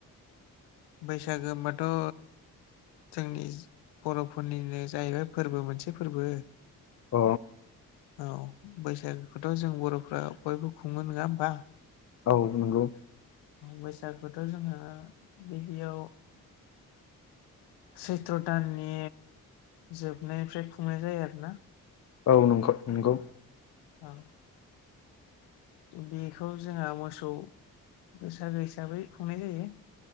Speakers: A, on the left; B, on the left.
A: बैसागो होनबाथ' जोंनि बर'फोरनिनो जाहैबाय फोरबो मोनसे फोरबो
B: अ
A: औ बैसागोखौथ' जों बर'फ्रा बयबो खुङो नंङा होमबा।
B: औ नंगौ।
A: बैसागुथो' जोंङो गिबियाव सैथ्र' दाननि जोबनायनिफ्राय खुंनाय जायो आरो ना।
B: औ नंगौ नंगौ
A: औ बेखौ जोंहा मोसौ बैसागो हिसाबै खुंनाय जायो।